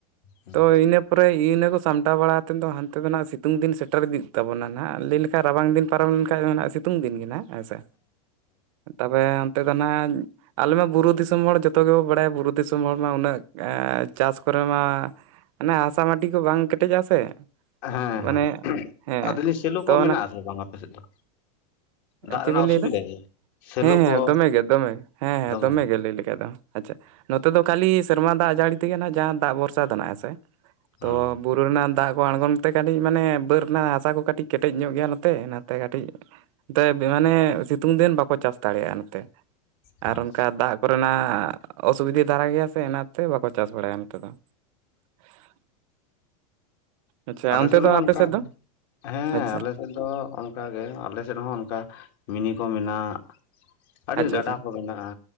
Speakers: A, on the left; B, on the right.
A: ᱦᱮᱸ
B: ᱛᱚ ᱤᱱᱟᱹ ᱯᱚᱨᱮ᱾ ᱤ ᱤᱱᱟᱹ ᱠᱚ ᱥᱟᱢᱴᱟᱣ ᱵᱟᱲᱟ ᱠᱟᱛᱮᱫ ᱫᱚ ᱦᱟᱱᱛᱮ ᱫᱚ ᱱᱟᱜ ᱥᱤᱛᱩᱝ ᱫᱤᱱ ᱥᱮᱴᱮᱨ ᱤᱫᱤᱜ ᱛᱟᱵᱚᱱᱟ ᱱᱟᱜ ᱞᱟᱹᱭ ᱞᱮᱠᱷᱟᱡ ᱨᱟᱵᱟᱝ ᱫᱤᱱ ᱯᱟᱨᱚᱢ ᱞᱮᱱᱠᱟᱱᱡ ᱫᱚ ᱱᱟᱜ ᱥᱤᱛᱩᱝ ᱥᱤᱛᱩᱝ ᱫᱤᱱ ᱠᱟᱱᱟ ᱦᱮᱸ ᱥᱮ ᱛᱚᱵᱮ ᱚᱱᱛᱮ ᱫᱚ ᱱᱟᱜ᱾ ᱟᱞᱮ ᱢᱟ ᱵᱩᱨᱩ ᱫᱤᱥᱚᱢ ᱦᱚᱲ ᱡᱚᱛᱚ ᱜᱮᱵᱚᱱ ᱵᱟᱲᱟᱭᱟ ᱵᱩᱨᱩ ᱫᱤᱥᱚᱢ ᱦᱚᱲ ᱢᱟ ᱩᱱᱟᱹᱜ ᱮ ᱪᱟᱥ ᱠᱚᱨᱮ ᱢᱟ᱾ ᱦᱟᱱᱮ ᱦᱟᱥᱟ ᱢᱟᱴᱤ ᱠᱚ ᱵᱟᱝ ᱠᱮᱴᱮᱡ-ᱟ ᱥᱮ᱾
A: ᱦᱮᱸ
B: ᱢᱟᱱᱮ
A: ᱦᱮᱸ
B: ᱦᱮᱸ
A: ᱟᱫᱮᱞᱤᱧ ᱥᱮᱞᱚ ᱠᱚ
B: ᱛᱚ
A: ᱢᱮᱱᱟᱜ
B: ᱚᱱᱟ
A: ᱟᱥᱮ ᱵᱟᱝ ᱟᱯᱮᱥᱮᱫ ᱫᱚ᱾ ᱫᱟᱜ
B: ᱪᱮᱫ
A: ᱨᱮᱱᱟᱜ
B: ᱵᱤᱱ
A: ᱚᱥᱩᱵᱤᱫᱟ
B: ᱞᱟᱹᱭᱫᱟ
A: ᱜᱮᱭᱟ᱾ ᱥᱮᱞᱚ
B: ᱦᱮᱸ ᱦᱮᱸ
A: ᱠᱚ
B: ᱫᱚᱢᱮ ᱜᱮ ᱫᱚᱢᱮ ᱦᱮᱸ ᱦᱮᱸ
A: ᱫᱚᱢᱮ
B: ᱫᱚᱢᱮᱜ ᱜᱮ ᱞᱟᱹᱭ ᱞᱮᱠᱷᱟᱡ ᱫᱚ ᱟᱪᱪᱷᱟ᱾ ᱛᱚ ᱫᱚ ᱠᱷᱟᱹᱞᱤ ᱥᱮᱨᱢᱟ ᱫᱟᱜ ᱡᱟᱹᱲᱤ ᱛᱮᱜᱮ ᱱᱟᱜ ᱡᱟᱦᱟᱸ ᱫᱟᱜ ᱵᱷᱚᱨᱥᱟ ᱫᱚ ᱱᱟᱜ ᱦᱮᱸ ᱥᱮ
A: ᱦᱩᱸ
B: ᱛᱚ ᱵᱩᱨᱩ ᱨᱮᱱᱟᱜ ᱫᱟᱜ ᱠᱚ ᱟᱬᱜᱚᱱ ᱛᱮ ᱠᱟᱹᱴᱤᱡ ᱢᱟᱱᱮ ᱵᱟᱹᱫᱽ ᱨᱮᱱᱟᱜ ᱦᱟᱥᱟ ᱠᱚ ᱠᱟᱹᱴᱤᱡ ᱠᱮᱴᱮᱡ ᱧᱚᱜ ᱜᱮᱭᱟ ᱱᱚᱛᱮ ᱚᱱᱟᱛᱮ ᱠᱟᱹᱴᱤᱡ <unintelligible> ᱢᱟᱱᱮ ᱥᱤᱛᱩᱝ ᱫᱤᱱ ᱵᱟᱠᱚ ᱪᱟᱥ ᱫᱟᱲᱮᱭᱟᱜ-ᱟ ᱱᱚᱛᱮ᱾
A: ᱟᱪᱪᱷᱟ
B: ᱟᱨ ᱚᱱᱠᱟ ᱫᱟᱜ ᱠᱚᱨᱮᱱᱟᱜ ᱚᱥᱩᱵᱤᱫᱷᱟ ᱫᱷᱟᱨᱟ ᱜᱮᱭᱟ ᱥᱮ ᱚᱱᱟᱛᱮ ᱵᱟᱠᱚ ᱪᱟᱥ ᱵᱟᱲᱟᱭᱟ ᱱᱚᱛᱮ ᱫᱚ᱾ <inaudible> ᱟᱪᱪᱷᱟ
A: ᱟᱞᱮ
B: ᱚᱱᱛᱮ
A: ᱥᱮᱫ
B: ᱫᱚ
A: ᱢᱟ
B: ᱟᱯᱮ
A: ᱚᱱᱠᱟᱜᱮ
B: ᱫᱚ
A: ᱦᱮᱸ
B: ᱟᱪᱪᱷᱟ
A: ᱟᱞᱮ᱾ ᱫᱚ ᱚᱱᱠᱟ ᱜᱮ, ᱟᱞᱮ ᱥᱮᱫ ᱦᱚᱸᱢᱤᱱᱤ ᱠᱚ ᱢᱮᱱᱟᱜ᱾ ᱟᱹᱰᱤ
B: ᱟᱪᱪᱷᱟ
A: ᱜᱟᱰᱟ
B: ᱟᱪᱪᱷᱟ
A: ᱠᱚ ᱢᱮᱱᱟᱜ-ᱟ